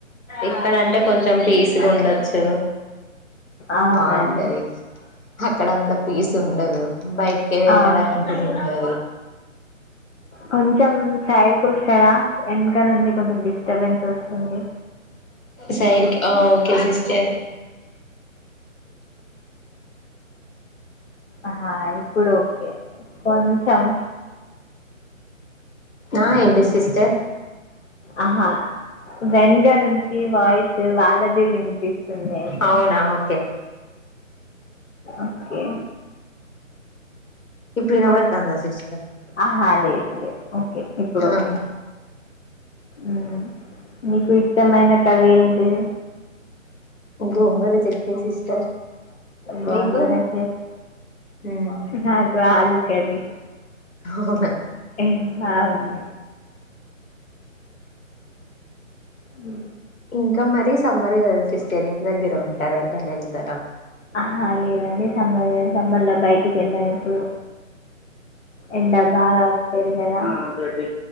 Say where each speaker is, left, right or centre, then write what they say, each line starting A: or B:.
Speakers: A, on the left (about 85°); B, on the left (about 55°).
A: ఇక్కడంటే కొంచెం పీస్ గుండొచ్చు
B: అవునండి
A: బాగుంటది అక్కడంత పీస్ ఉండదు బయటికే వెళ్ళడానికి
B: అవును
A: గూడుందు
B: కొంచెం సైడ్ కొస్తారా వెనక నుంచి కొంచెం డిస్టబెన్స్ వస్తుంది
A: సైడ్కి ఆ ఓకే సిస్టర్
B: ఆ ఇప్పుడు ఓకే కొంచం
A: ఆ ఇన్పిస్ సిస్టర్
B: ఆహా వెనగ నుంచి వాయిస్ వాళ్ళదే విన్పిస్తుంది అయితే
A: అవునా ఓకే
B: ఓకే
A: ఇప్పుడు ఇనబడుతందా సిస్టర్
B: ఆహా లేదు లేదు ఓకే ఇప్పుడు ఓకే
A: ఆ
B: ఉమ్ మీకు ఇష్టమైన కర్రీ ఏంటిది
A: గోంగూర చట్నీ సిస్టర్
B: గోంగూర
A: మీకు
B: చట్
A: ఉమ్
B: నాకు ఆలు కది
A: అవునా
B: ఇం హవును ఊ
A: ఇంకా మరి సమ్మర్ కదా సిస్టర్ ఇంటి దగ్గర ఉంటారా ఎటన్నా వెళ్తారా
B: ఆహా లేదండి సమ్మర్ సమ్మర్లో బయటికి వెళ్ళను ఎప్పుడు ఎండ బాగా వస్తది కదా దటి